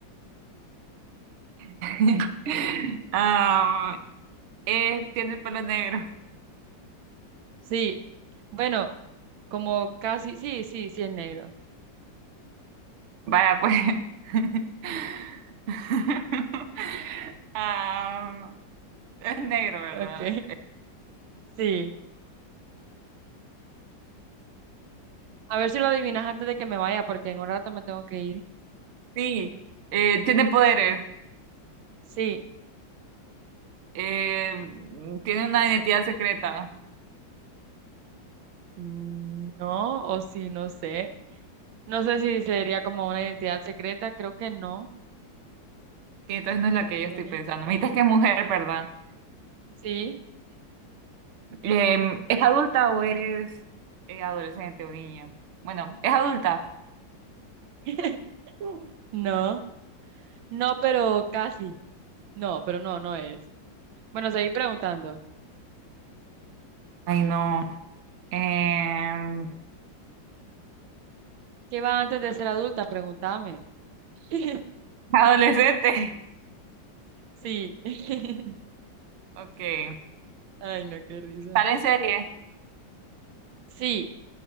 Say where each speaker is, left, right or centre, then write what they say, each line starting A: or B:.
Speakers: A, on the right; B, on the right.
A: <laughs> am, es- tiene el pelo negro.
B: Sí. Bueno, como casi. Sí, sí, sí es negro.
A: Vaya, pues. <laughs> Am, Es negro, ¿verdad?
B: Ok.
A: Eh,
B: <laughs> Sí. A ver si lo adivinas antes de que me vaya, porque en un rato me tengo que ir.
A: Sí, Eh, tiene poderes,
B: Sí,
A: Eh, mm, tiene una identidad secreta,
B: mm, no, o sí, no sé. No sé si sería como una identidad secreta, creo que no.
A: que entonces no es la
B: ¿Lo
A: que yo
B: tiene?
A: estoy pensando. Me dices que es mujer, ¿verdad?
B: Sí.
A: Eh, ¿es adulta o es eh, adolescente o niña? Bueno, es adulta.
B: <laughs> No, no, pero casi. No, pero no, no es. Bueno, seguí preguntando.
A: Ay, no. Eh,
B: ¿Qué va antes de ser adulta? Pregúntame. <laughs>
A: adolescente. <laughs>
B: Sí. <laughs>
A: Ok.
B: Ay, no, qué risa.
A: ¿Sale en serie?
B: Sí,